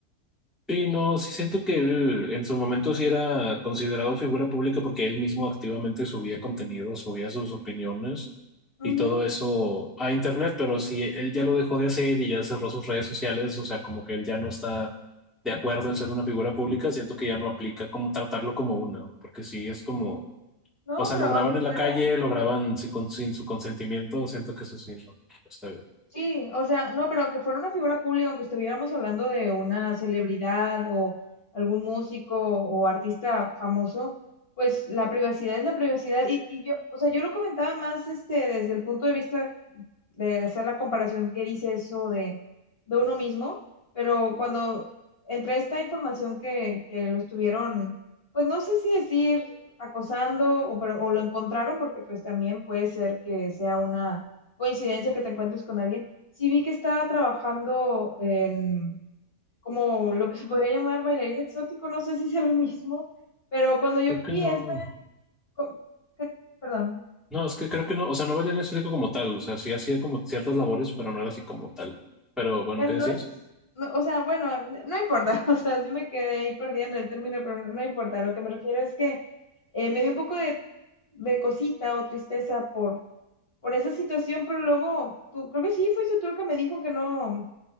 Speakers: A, in the centre; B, on the left.
A: Sí, no, sí siento que él en su momento sí era considerado figura pública porque él mismo activamente subía contenido, subía sus opiniones y
B: Ujú.
A: todo eso a internet, pero si él ya lo dejó de hacer y ya cerró sus redes sociales, o sea, como que él ya no está de acuerdo en ser una figura pública, siento que ya no aplica como tratarlo como una, porque sí es como,
B: No,
A: o sea,
B: pero
A: lo
B: aunque
A: graban en
B: fuera...
A: la calle, lo graban sin, con- sin su consentimiento, siento que eso sí no no está bien.
B: Sí, o sea, no, pero aunque fuera una figura pública, aunque estuviéramos hablando de una celebridad o algún músico o artista famoso, pues la privacidad es la privacidad. Y, y yo, o sea, yo lo comentaba más este, desde el punto de vista de hacer la comparación que dice eso de, de uno mismo, pero cuando entre esta información que, que lo estuvieron, pues no sé si decir acosando o, pero- o lo encontraron, porque pues también puede ser que sea una coincidencia que te encuentres con alguien. Sí vi que estaba trabajando en como lo que se podría llamar bailarín exótico, no sé si sea lo mismo, pero cuando yo
A: Creo que
B: vi
A: no.
B: esta, co- que- perdón.
A: No, es que creo que no, o sea, no bailé en específico como tal, o sea, sí hacía como ciertas labores, pero no era así como tal. Pero bueno,
B: Pero
A: ¿qué
B: no
A: decías?
B: es, no, o sea, bueno, no importa, <laughs> o sea, sí me quedé ahí perdida en el término, pero no, no importa. Lo que me refiero es que eh, me dio un poco de, de cosita o tristeza por, por esa situación, pero luego, tú, creo que sí, fuiste tú el que me dijo que no,